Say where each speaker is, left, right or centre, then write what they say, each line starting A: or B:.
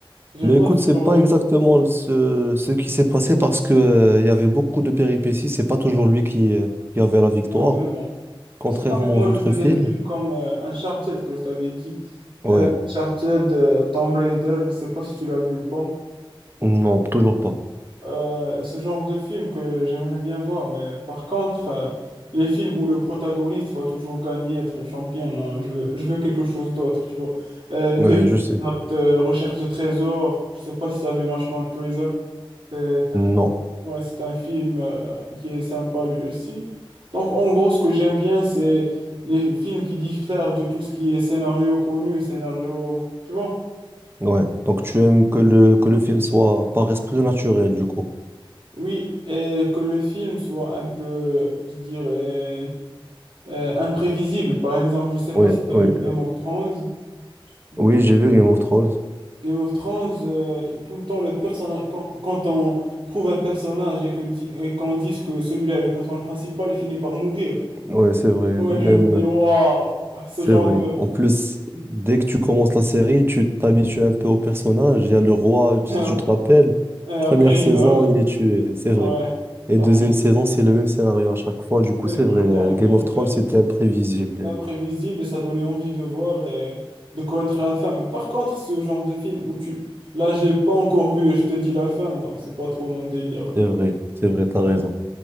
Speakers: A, on the right; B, on the right.
A: J'aime
B: Mais
A: pas
B: écoute,
A: ce
B: c'est pas
A: genre de
B: exactement ce, ce qui s'est passé parce que, euh, il y avait beaucoup de péripéties. C'est pas toujours lui qui, euh, qui avait la victoire,
A: Ouais, mais bon.
B: contrairement
A: C'est comme moi,
B: aux autres
A: je veux
B: films.
A: des films comme euh, Uncharted que je t'avais dit.
B: Ouais,
A: Euh, Uncharted, euh, Tomb Raider, je sais pas si tu l'as vu ou pas.
B: non, toujours pas.
A: Euh, ce genre de film que j'aimerais bien voir, mais par contre, euh, les films où le protagoniste va toujours gagner, être le champion, non, je veux, je veux quelque chose d'autre, tu vois. Euh, une
B: Ouais,
A: découverte,
B: je sais.
A: euh, recherche de trésors, je sais pas si ça vu National Treasure. C'est
B: Non,
A: Ouais, c'est un film euh, qui est sympa lui aussi. Donc, en gros, ce que j'aime bien, c'est les films qui diffèrent de tout ce qui est scénario connu, scénario, tu vois?
B: ouais. Donc tu aimes que le, que le film soit par esprit naturel, du coup.
A: Oui, et que le film soit un peu, je dirais, euh, imprévisible. Par exemple, je sais pas
B: Ouais,
A: si tu
B: ouais.
A: as vu Game
B: euh,
A: of Thrones.
B: Oui,
A: Tu-
B: j'ai vu Game of Thrones.
A: Game of Thrones, euh, tout le temps, le personnage, quand, quand on trouve un personnage et que di- et qu'on dise que celui-là est le personnage principal, il finit par mourir.
B: Ouais, c'est vrai.
A: Ouais,
B: Même.
A: je me dis, waouh, ce
B: C'est
A: genre
B: vrai.
A: de,
B: En plus, dès que tu commences la série, tu t'habitues un peu au personnage. Il y a le roi, si
A: Et ap-
B: tu te rappelles,
A: et après,
B: première
A: il
B: saison,
A: meurt.
B: il est tué, c'est vrai.
A: Ouais.
B: Et
A: Donc,
B: deuxième saison, c'est le même scénario à chaque fois. Du coup,
A: c'est
B: c'est
A: tout
B: vrai.
A: le temps.
B: Game
A: Donc,
B: of Thrones,
A: euh,
B: c'était imprévisible.
A: c'est imprévisible et ça donnait envie de voir et de connaître la fin. Mais par contre, ce genre de film où tu. Là, je l'ai pas encore vu et je te dis la fin, donc c'est pas trop mon délire.
B: C'est vrai, c'est vrai, t'as raison.
A: Ouais.